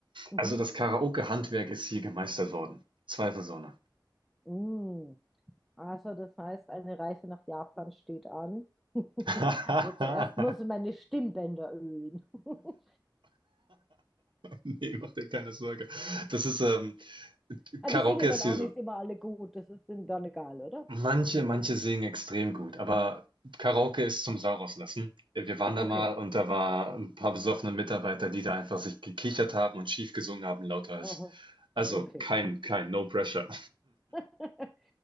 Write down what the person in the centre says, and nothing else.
Mhm.
Mm. Also das heißt, eine Reise nach Japan steht an. <laughs>
Aber zuerst muss ich meine Stimmbänder ölen. <laughs>
Ah,
die singen dann
auch
nicht immer alle gut, das ist denen dann egal, oder?
Okay,
aha,
okay.
<laughs>